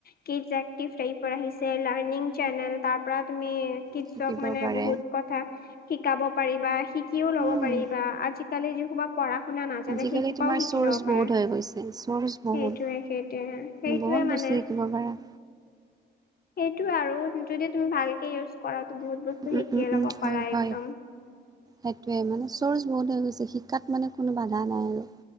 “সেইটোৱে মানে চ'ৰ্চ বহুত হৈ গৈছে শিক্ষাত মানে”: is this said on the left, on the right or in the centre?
Right